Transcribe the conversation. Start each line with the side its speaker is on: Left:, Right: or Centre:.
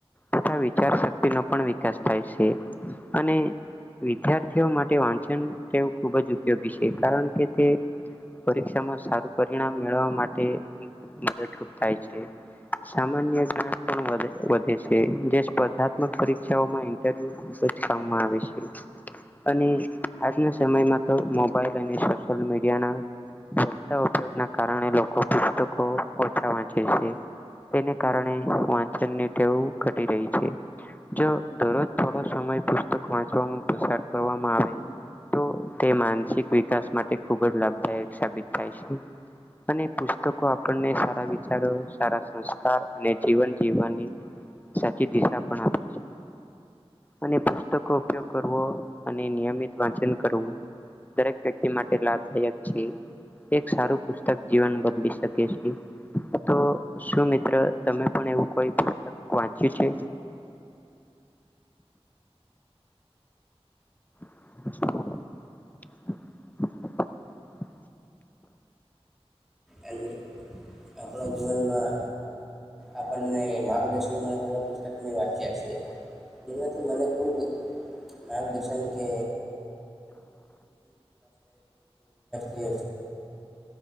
Left: તથા વિચાર શક્તિ નો પણ વિકાસ થાય છે અને વિદ્યાર્થીઓ માટે વાંચન ટેવ ખૂબ જ ઉપયોગી છે કારણ કે તે પરીક્ષામાં સારું પરિણામ મેળવવા માટે મદદરૂપ થાય છે. સામાન્ય શ્યાન પણ વધે વધે છે જે સ્પર્ધાત્મક પરીક્ષાઓમાં ન્ટર્યુ ખુબ જ કામમાં આવે છે. અને આજના સમયમાં તો મોબાઈલ અને સોશિયલ મીડિયાના વધતા ઉપયોગ ના કારણે લોકો પુસ્તકો ઓછા વાંચે છે. તેને કારણે વાંચનની ટેવ ઘટી રહી છે જો દરરોજ થોડો સમય પુસ્તક, વાચવામા પસાર કરવામાં આવે તો તે માનસિક, વિકાસ માટે ખુબજ, લાભદાયક સાબિત થાય છે અને પુસ્તકો, આપણને સારા વિચારો સારા સંસ્કાર અને જીવન જીવવાની સાચી દિશા પણ આપે છે અને પુસ્તકો ઉપયોગ કરવો, અને નિયમિત વાંચન કરવું દરેક વ્યક્તિ, માટે લાભદાયક છે એક સારું પુસ્તક જીવન, બદલી શકે છે. તો શું મિત્ર તમે પણ એવું કોઈ પુસ્તક વાંચ્યુ છે <inaudible>
Centre: અને આપણા જીવનમા આપને, માર્ગદર્શન <unintelligible> પુસ્તક મે વાંચીયા સે જેનાથી, મને ખૂબ માર્ગદર્શન કે <unintelligible>